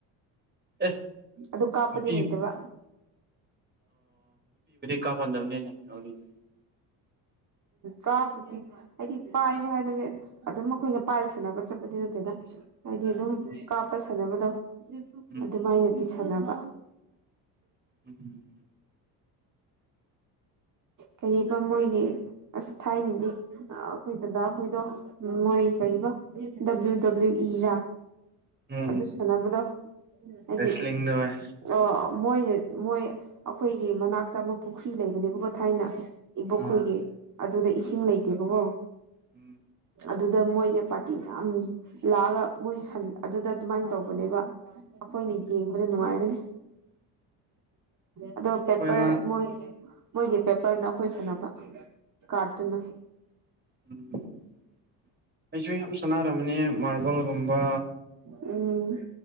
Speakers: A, on the right; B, on the right.
A: ꯑꯦ
B: ꯑꯗꯨ ꯀꯥꯞꯄꯗꯤ
A: ꯅꯨꯄꯤ
B: ꯍꯩꯇꯕ
A: ꯀꯥ ꯄꯥꯟꯗꯕꯅꯦꯅꯦꯔꯤꯗꯤ
B: ꯀꯥꯕꯗꯤ ꯍꯥꯏꯗꯤ ꯄꯥꯏꯕ ꯍꯥꯏꯕꯁꯦ ꯑꯗꯨꯝ ꯑꯩꯈꯣꯏꯅ ꯄꯥꯏ ꯁꯥꯟꯅꯕ ꯆꯠꯄꯗꯤ ꯅꯠꯇꯦꯗ ꯍꯥꯏꯗꯤ ꯑꯗꯨꯝ
A: ꯎꯝ
B: ꯀꯥꯞꯄ ꯁꯥꯟꯅꯕꯗꯣ
A: ꯎꯝ
B: ꯑꯗꯨꯃꯥꯏꯅꯗꯤ ꯁꯥꯟꯅꯕ
A: ꯎꯝ
B: ꯀꯔꯤꯕ ꯃꯣꯏꯒꯤ ꯑꯁ ꯊꯥꯏꯅꯗꯤ ꯑꯩꯈꯣꯏꯗꯨꯗ ꯑꯩꯈꯣꯏꯗꯣ ꯎꯝ ꯃꯣꯏ ꯀ
A: ꯎꯝ
B: ꯗꯕ꯭ꯂꯤꯎ ꯗꯕꯂꯤꯎ ꯏꯔ
A: ꯎꯝ
B: ꯑꯗꯨ ꯁꯥꯟꯅꯕꯗꯣ ꯍꯥꯏꯗꯤ
A: ꯔꯦꯁꯂꯤꯡꯗ ꯍꯣꯏ
B: ꯑꯣ ꯃꯣꯏꯅ ꯃꯣꯏ ꯑꯩꯈꯣꯏꯒꯤ ꯃꯅꯥꯛꯇ ꯑꯃꯨꯛ ꯄꯨꯈ꯭ꯔꯤ ꯂꯩꯕꯅꯦꯕꯀꯣ ꯊꯥꯏꯅ ꯏꯕꯣꯛꯈꯣꯏꯒꯤ
A: ꯑꯥ
B: ꯑꯗꯨꯗ ꯏꯁꯤꯡ ꯂꯩꯇꯦꯕꯀꯣ
A: ꯎꯝ
B: ꯑꯗꯨꯗ ꯃꯣꯏꯁꯦ ꯄꯥꯔꯇꯤ ꯃꯌꯥꯝ ꯂꯥꯛꯑꯒ ꯃꯣꯏꯁꯦꯟ ꯑꯗꯨꯗ ꯑꯗꯨꯃꯥꯏꯅ ꯇꯧꯕꯅꯦꯕ ꯑꯩꯈꯣꯏꯅ
A: ꯎꯝ
B: ꯌꯦꯡꯕꯗ ꯅꯨꯡꯉꯥꯏꯒꯅꯤ ꯑꯗꯣ
A: ꯑꯩꯈꯣꯏ
B: ꯄꯦꯄꯔ
A: ꯑꯉꯥꯡ
B: ꯃꯣꯏ ꯃꯣꯏꯒꯤ ꯄꯦꯄꯔꯅ ꯑꯩꯈꯣꯏ ꯁꯥꯟꯅꯕ ꯀꯥꯔꯠꯇꯨꯅ
A: ꯎꯝ ꯑꯩꯁꯨ ꯌꯥꯝ ꯁꯥꯟꯅꯔꯝꯃꯅꯤ ꯃꯥꯔꯕꯜꯒꯨꯝꯕ
B: ꯎꯝ